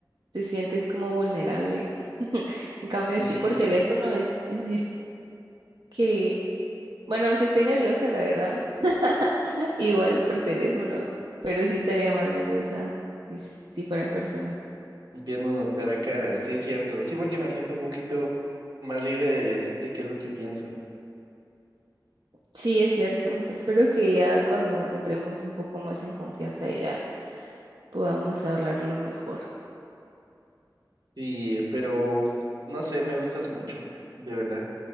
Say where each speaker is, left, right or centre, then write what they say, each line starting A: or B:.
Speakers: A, on the right; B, on the right.
A: te sientes como vulnerable. <laughs> En cambio,
B: Sí,
A: así por teléfono es, es dis- que Bueno, aunque estoy nerviosa, la verdad. <laughs> Igual por teléfono, pero sí estaría más nerviosa si, s- si fuera en persona.
B: viéndonos cara a cara, sí es cierto. Sí, porque me siento un poquito más libre de decirte qué es lo que pienso.
A: Sí, es cierto. Espero que ya cuando entremos un poco más en confianza ya podamos hablarlo mejor.
B: Sí, pero no sé, me gustas mucho, de verdad.